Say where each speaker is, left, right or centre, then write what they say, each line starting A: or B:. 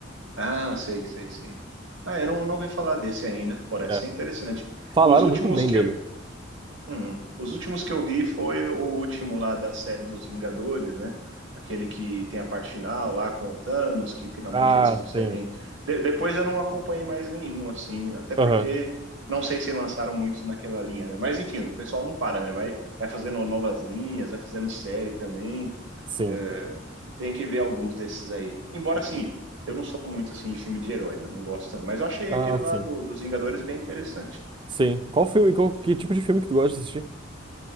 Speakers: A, on the right; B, on the right.
A: Ah, sei, sei, sei. Ah, eu não, não ouvi falar desse ainda. Parece
B: É.
A: ser interessante.
B: Falaram
A: Os últimos
B: muito bem
A: que
B: dele.
A: Hum. Os últimos que eu vi foi o último lá da série dos Vingadores, né? Aquele que tem a parte final lá com o Thanos, que finalmente
B: Ah,
A: eles conseguem.
B: sim.
A: De- depois eu não acompanhei mais nenhum, assim, até porque
B: Aham,
A: não sei se lançaram muitos naquela linha, né? Mas enfim, o pessoal não para, né? Vai, vai fazendo novas linhas, vai fazendo série também.
B: sim.
A: É, tem que ver alguns desses aí. Embora, assim, eu não sou muito assim de filme de herói, né? Não gosto tanto. Mas eu achei
B: Ah,
A: aquele lá
B: sim.
A: do, dos Vingadores bem interessante.
B: Sim. Qual filme, qual, que tipo de filme que tu gosta de assistir?